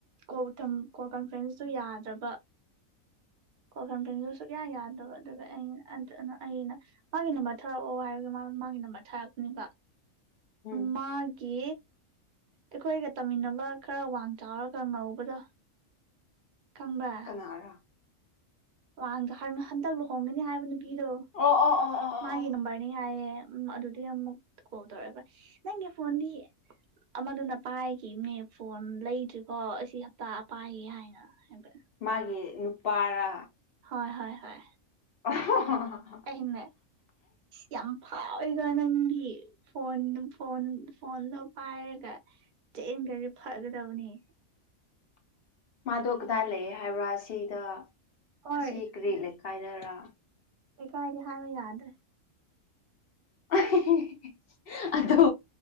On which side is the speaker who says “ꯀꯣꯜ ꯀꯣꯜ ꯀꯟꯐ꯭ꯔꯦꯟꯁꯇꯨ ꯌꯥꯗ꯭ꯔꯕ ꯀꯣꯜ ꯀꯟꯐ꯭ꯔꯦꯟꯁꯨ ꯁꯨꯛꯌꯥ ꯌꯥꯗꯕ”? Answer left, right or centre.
Right